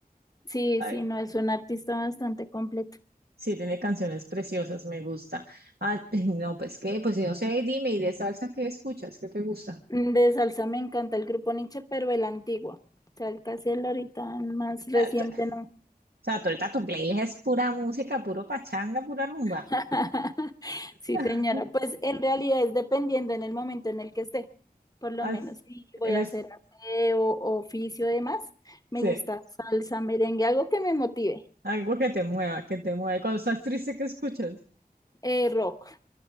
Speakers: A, on the left; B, on the right.
A: Sí,
B: <laughs>
A: sí, no, es un artista bastante completo.
B: Sí, tiene canciones preciosas, me gusta. Ah, <laughs> no, pues qué, pues no sé, dime, ¿y de salsa qué escuchas? ¿Qué te gusta?
A: Mm, De salsa me encanta el grupo Nietzsche, pero el antiguo. O sea, el casi el ahorita más reciente
B: Ah, t-
A: no.
B: O sea, tú ahorita tu playlist es pura música, puro pachanga, pura rumba.
A: <laughs> Sí,
B: <laughs>
A: señora. Pues en realidad es dependiendo en el momento en el que esté. Por lo
B: Haz-
A: menos si voy
B: eres-
A: a hacer aseo, oficio, demás. Me
B: sí,
A: gusta salsa, merengue, algo que me motive.
B: algo que te mueva, que te mueva. Y cuando estás triste, ¿qué escuchas?
A: Eh, rock.